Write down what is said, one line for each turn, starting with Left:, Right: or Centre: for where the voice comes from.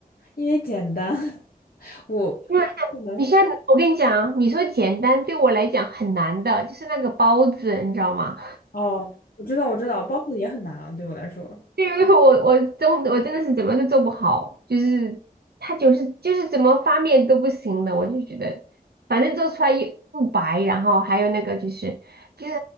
Left: 因为简单，<laughs> 我
Right: 那
Left: 可能
Right: 你现在，我跟你讲啊，你说简单对我来讲很难的，就是那个包子，你知道吗？
Left: 哦，我知道我知道，包子也很难啊，对我来说，
Right: 因为 <laughs> 我我真我真的是怎么都做不好，就是它就是就是怎么发面都不行的，我就觉得反正做出来又不白，然后还有那个就是就是